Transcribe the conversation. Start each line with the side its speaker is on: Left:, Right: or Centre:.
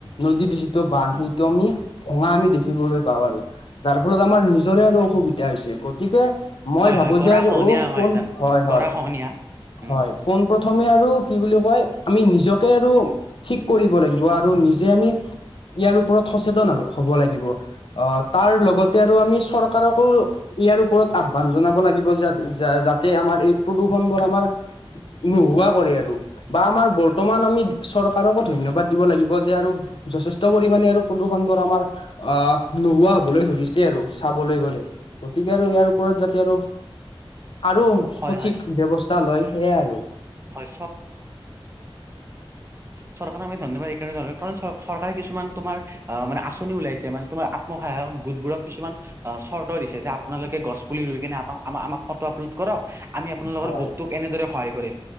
Left: নদীৰ যিটো বান্ধ সেই- আমি ভঙা আমি দেখিবলৈ পাওঁ আৰু যাৰ ফলত আমাৰ নিজৰে আৰু অসুবিধা হৈছে। গতিকে মই
Right: হয়
Left: ভাবো
Right: হয় গৰা
Left: যে আৰু
Right: খহনীয়া হয়
Left: পোন
Right: জান
Left: হয়
Right: গৰা
Left: হয়
Right: খহনীয়া উম
Left: হয় পোন প্ৰথমে আৰু- কি বুলি কয় আমি নিজকে আৰু ঠিক কৰিব লাগিব আৰু নিজে আমি- ইয়াৰ ওপৰত সচেতন হব লাগিব আহ তাৰ লগতে আৰু আমি চৰকাৰকো- ইয়াৰ ওপৰত আহ্বান জনাব লাগিব যে যাতে আমাৰ এই প্ৰদূৰ্ষন বোৰ আমাৰ- নোহোৱা কৰে আৰু বা আমাৰ বৰ্তমান আমি চৰকাৰকো ধন্যবাদ দিব লাগিব যে আৰু- যথেষ্ট পৰিমামানে আৰু প্ৰদূষণবোৰ আমাৰ আহ নোহোৱা হবলৈ ধৰিছে আৰু চাবলৈ গলে- গতিকে আৰু ইয়াৰ ওপৰত যাতে আৰু আৰু
Right: হয়
Left: সঠিক
Right: হয়
Left: ব্য্ৱস্থা লয় সেয়াই আৰু-
Right: হয় চৰকাৰে আমি ধন্যবাদ এইকাৰণে কাৰণ চৰকাৰে কিছুমান তমাৰ মানে আঁচনি ওলাইছে মানে তোমাৰ আত্ম- সহায়ক গোটবোৰক কিছুমান চৰ্ত দিছে যে আপোনালোকে গছ পুলি ৰুই কিনে আাক আমাক ফটো আপলোড কৰক- আমি আপোনালোকৰ
Left: হয়
Right: গোটটোক এনেদৰে সহায় কৰিম